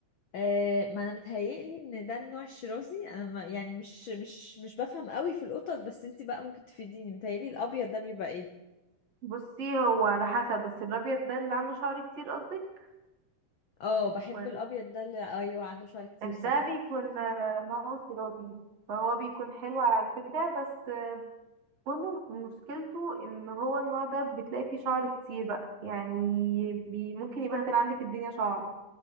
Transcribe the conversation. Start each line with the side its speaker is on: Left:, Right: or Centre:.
Left: آه، ما انا متهيألي ان ده النوع الشرازي انا ما يعني مش مش مش بفهم قوي في القطط بس انتي بقى ممكن تفيديني متهيألي الابيض ده بيبقى ايه
Right: بصي هو على حسب بس الابيض ده اللي عنده شعر كتير قصدك
Left: اه بحب
Right: ولا-
Left: الابيض ده اللي ايوه عنده شعر كتير
Right: ده
Left: صح
Right: بيكون آه، نوعه سرادي فهو بيكون حلو على فكرة بس آه، كله مشكلته ان هو النوع ده بتلاقي فيه شعر كتير بقى يعني بي ممكن يبهدل عندك الدنيا شعر